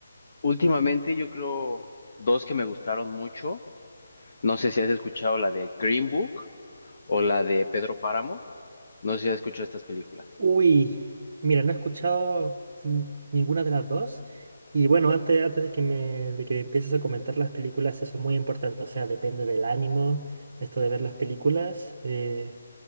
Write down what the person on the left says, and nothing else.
últimamente yo creo dos que me gustaron mucho. No sé si has escuchado la de Green Book o la de Pedro Páramo. No sé si has escuchado estas películas.